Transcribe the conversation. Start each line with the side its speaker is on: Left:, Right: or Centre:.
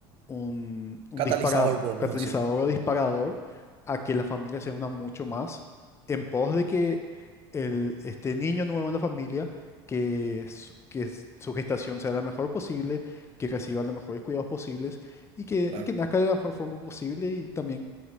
Left: un, un
Right: Catalizador,
Left: disparador,
Right: podemos
Left: catalizador
Right: decir.
Left: o disparador a que la familia se una mucho más en pos de que el, este niño nuevo en la familia, que, su- que s- su gestación sea la mejor posible, que reciba los mejores cuidados posibles y que,
Right: Claro.
Left: y que nazca de la mejor forma posible y también